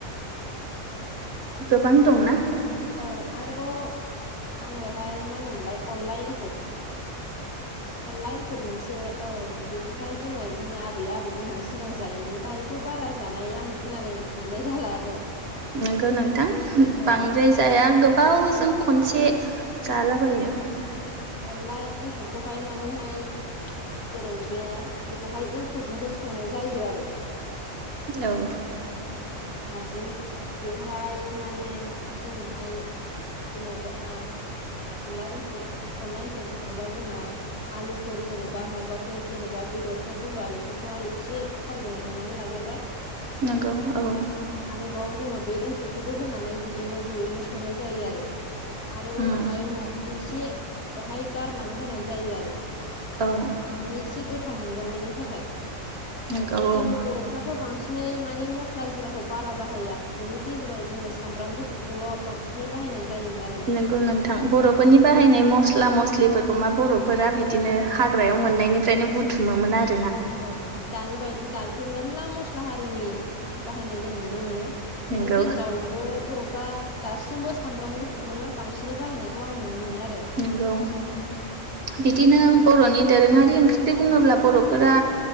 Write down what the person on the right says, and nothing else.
गोबां दंना
नंगो नों थां
बांद्राय जाया गोबावजों खनसे जालाबायो
औ
नंगौ औ
उम
औ
नंगौ औ
नंगौ नोंथां बर'फोरनि
बाहायनाय मस्ला मस्लिफोरखौ मा बर'फोरा बिदिनो हा ग्रायाव मोननायनिफ्रायनो
बुथुमोमोन आरो।
नंगौ
नंगौ बिदिनो
बर'नि दोरोङा रि ओंख्रि बुङोब्ला बर'फोरा